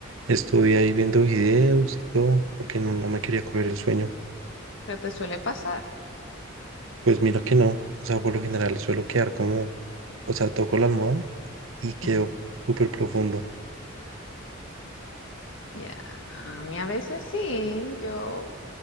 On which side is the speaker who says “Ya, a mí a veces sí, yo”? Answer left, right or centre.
Left